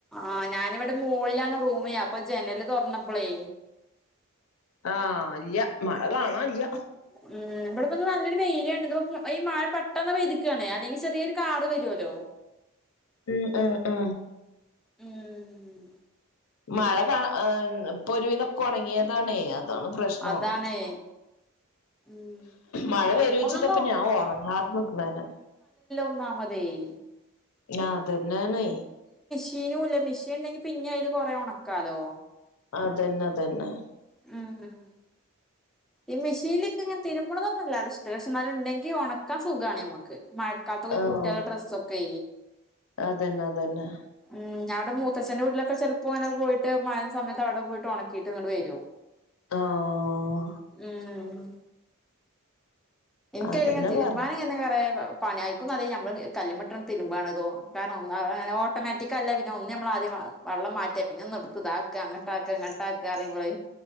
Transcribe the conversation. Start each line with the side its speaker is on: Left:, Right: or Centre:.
Centre: ആ ഞാനിവിടെ മോളിലാണ് റൂമെയ് അപ്പൊ ജനല് തെറന്നപ്പളേ
Left: ആ ഇല്യ മഴ കാണാല്യാ.
Centre: ഉം ഇവിടെ ഇപ്പോ നല്ലരു വെയില്ണ്ട് ഇ ഈ മഴ പെട്ടെന്ന് പെയ്ത് കാണ് അല്ലെങ്കിചെറേ ഒര് കാറ് വരോല്ലോ?
Left: ഉം ആ ആ
Centre: ഉം.
Left: മഴ കാ ഇപ്പൊ ഒരുവിധം ഒക്കെ ഉണങ്ങേതാണേ അതാണ് പ്രശ്നം.
Centre: അതാണേ ഉം
Left: മഴ വരൂച്ച്
Centre: ഒന്നാമത്
Left: ട്ടാ പ്പം ഞാ ഒറങ്ങാതെ നിക്ക്ണത് ന്നെ.
Centre: ന്നാമതെയ്.
Left: ഞ അതന്നെ ണെ
Centre: മിഷീനൂല്ല മിഷീൻ ഇണ്ടെങ്കി പിന്നെ അയില് കൊറേ ഒണക്കാലോ?
Left: അതന്നെ തന്നെ.
Centre: ഉം ഈ മെഷീന് ല്ട്ട് ഇങ്ങനെ തിരുമ്പ് ല്ലാതെ ഇഷ്ട ല്ലക്ഷെ ന്നാലും ണ്ടെങ്കി ഒണക്കാൻ സുഖാണ് നമ്മക്ക് മഴക്കാലത്ത് ഒക്കെ
Left: ആഹ്
Centre: കുട്ട്യാളെ ഡ്രസ്സൊക്കെ
Left: അതന്നെ അതന്നെ
Centre: ഉം ഞാ വടെ മൂത്തച്ഛന്റെറെ വീട്ടിലൊക്കെ ചെലപ്പോ ന പോയി ട്ട് മഴ സമയത്ത് അവിടെ പോയിട്ട് ഒണക്കിട്ട് ങ്ങട് വരും
Left: ആഹ്
Centre: ഉം. ന്ക്ക്
Left: അതന്നെ
Centre: അയ്ല് ങ്ങനെ തിര്മ്പാന്
Left: പറഞ്ഞെ
Centre: ങ്ങനെ കൊറേ പണ്യാഅയ്ക്കും നല്ല നമ്മള് കല്ലുമ്മ ട്ടാണ് ണ്ട് തിര്മ്പാണ് തോന്നും കാരണം ഓട്ടോമാറ്റിക് അല്ല ഒന്ന് ഞ്ഞമ്മള് ആദ്യം വെള്ളം മാറ്റി മറ്റ പിന്നെ ഒന്ന് ഇടത്ത് ഇതാക്കാ അങ്ങട്ടാക്കാ ഇങ്ങട്ടാക്കാ അറിംബള്